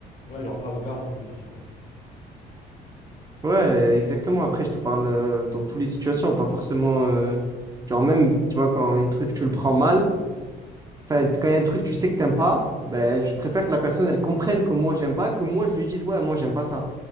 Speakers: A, on the left; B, on the right.
A: Ouais, genre, un regard, on s'est compris, quoi.
B: Ouais, euh, exactement. Après, je te parle euh, dans toutes les situations, pas forcément. euh, Genre même, tu vois, quand un truc, tu le prends mal. Enfin, quand il y a un truc, tu sais que t'aimes pas, ben, je préfère que la personne, elle comprenne que moi, j'aime pas, que moi, je lui dise, ouais, moi, j'aime pas ça.